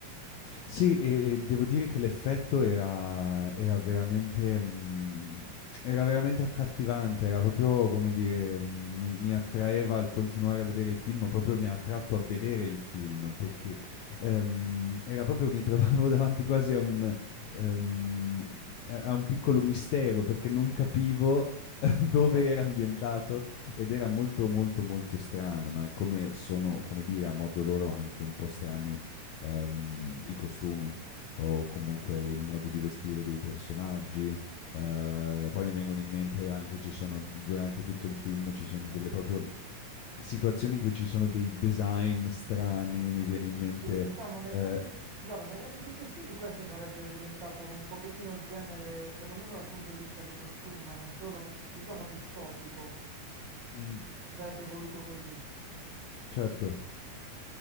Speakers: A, on the left; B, on the right.
A: Sì, e e devo dire che l'effetto era era veramente mhmm, era veramente accattivante, era proprio come dire, mhmm, mi mi attraeva al continuare a vedere il film, proprio mi ha attratto a vedere il film, perché, ehm, era proprio mi trovavo <laughs> davanti quasi a un ehm, a a un piccolo mistero, perché non capivo <laughs> dove
B: Certo,
A: era ambientato ed era molto, molto, molto strano, ma come sono, come dire, a modo loro anche un po' strani ehm, i costumi o
B: certamente.
A: comunque il modo di vestire dei personaggi. Eh, poi mi vengono in mente anche, ci sono, durante tutto il film, ci sono delle proprio situazioni in cui ci sono dei design strani, mi viene in mente...
B: Sì, diciamo negli
A: eh,
B: anni, guarda, negli anni successivi questo sarebbe diventato un pochettino il genere, perlomeno dal punto di vista dei costumi, ma non solo, diciamo distopico.
A: mm,
B: Si sarebbe voluto così.
A: certo,